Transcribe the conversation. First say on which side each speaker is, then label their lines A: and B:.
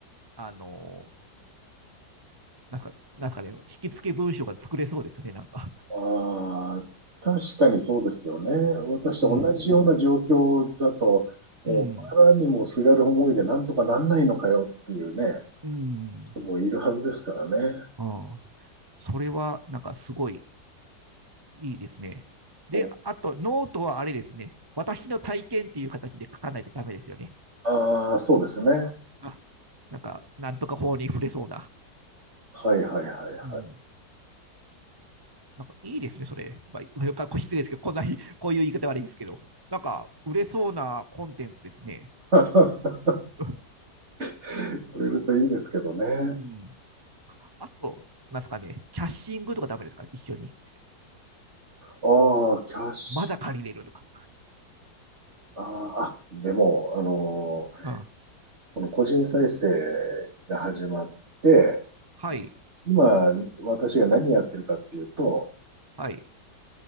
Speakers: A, on the right (about 20°); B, on the right (about 40°).
A: あの、なんか、なんすかね、引き付け文章が作れそうですね、なんか。
B: ああ、確かにそうですよね。私と同じような状況だと、
A: うん。
B: もう、
A: うん。
B: あらにもすがる思いでなんとかなんないのかよっていうね、
A: うん。
B: 人もいるはずですからね。
A: うん。それは、なんかすごい、いいですね。で、
B: お
A: あと、ノートはあれですね。私の体験っていう形で書かないとダメですよね。
B: ああ、そうですね。
A: あなんか、なんとか法に触れそうな。
B: はいはいはいは
A: うん。なんかいいですね、それ。まあ、失礼ですけど、こんなに、<laughs> こういう言い方悪いですけど、なんか、売れそうなコンテンツですね。
B: い。
A: <laughs>
B: <laughs> くれるといいですけどね。
A: うん。あと、なんですかね、キャッシングとかダメですかね一緒に。
B: ああ、キャッシュ。
A: まだ借りれるとか。
B: あーあ、でも、あのー
A: うん。
B: この個人再生が始まって、
A: はい、
B: 今、私が何やってるかっていうと、
A: はい、